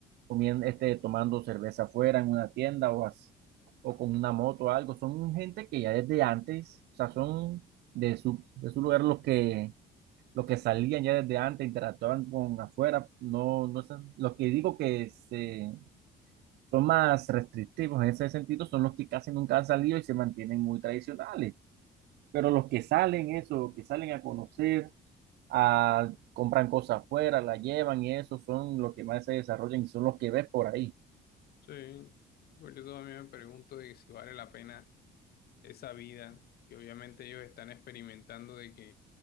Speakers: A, on the right (about 75°); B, on the left (about 65°).
A: comiendo, este, tomando cerveza afuera en una tienda o, as- o con una moto o algo, son gente que ya desde antes, o sea, son de su, de su lugar los que, los que salían ya desde antes, interactuaban con afuera, no, no son, los que digo que se, son más restrictivos en ese sentido son los que casi nunca han salido y se mantienen muy tradicionales. Pero los que salen eso, los que salen a conocer, a, compran cosas afuera, la llevan y eso son los que más se desarrollan y son los que ves por ahí.
B: Sí, pues yo también me pregunto de si vale la pena esa vida que obviamente ellos están experimentando de que